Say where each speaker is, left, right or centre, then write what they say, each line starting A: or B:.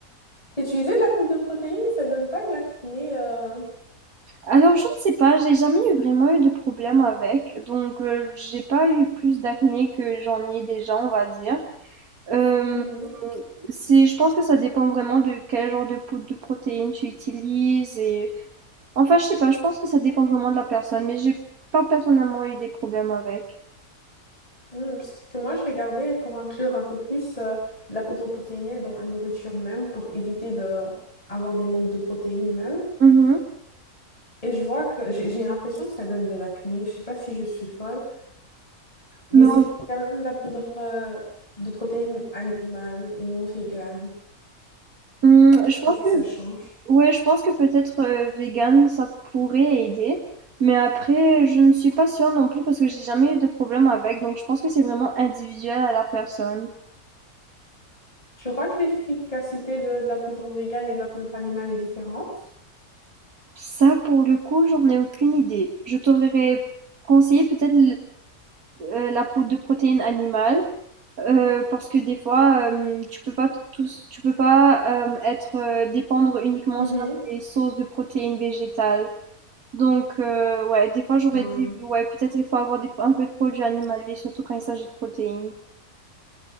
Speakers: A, on the left; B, on the right.
A: Utiliser de la poudre de protéines, ça donne pas de l'acné. euh,
B: Alors je ne sais pas, j'ai jamais eu vraiment eu de problème avec donc heu, j'ai pas eu plus d'acné que j'en ai déjà, on va dire. Euh,
A: mhm.
B: c'est, je pense que ça dépend vraiment de quel genre de poudre de protéines tu utilises et enfin je sais pas, je pense que ça dépend vraiment de la personne, mais j'ai pas personnellement eu des problèmes avec.
A: Mm, parce que moi, je regardais pour inclure un peu plus euh, de la poudre protéinée dans la nourriture même, pour éviter de avoir des manques de protéines même.
B: Mhm.
A: Et je vois que j'ai j'ai l'impression que ça donne de l'acné. Je sais pas si je suis folle, mais
B: Mais
A: c'est quand même de la poudre euh, de protéines animales et non végane.
B: en- hum,
A: Je
B: je
A: sais pas
B: pense
A: si
B: que
A: ça change.
B: ouais, je pense que peut-être euh, vegan ça pourrait aider, mais après je ne suis pas sûre non plus parce que j'ai jamais eu de problème avec, donc je pense que c'est vraiment individuel à la personne.
A: Je crois que l'efficacité de, de la poudre végane et de la poudre animale est différente.
B: Ça pour le coup, j'en ai aucune idée. Je t'aurais conseillé peut-être euh, la poudre de protéines animales euh, parce que des fois euh, tu peux pas tous, tu peux pas euh, être euh, dépendre uniquement
A: Mhm.
B: sur des sources de protéines végétales. Donc euh, ouais, des fois j'aurais
A: Ouais.
B: dit ouais peut-être il faut avoir des, un peu de produits animaliers surtout quand il s'agit de protéines.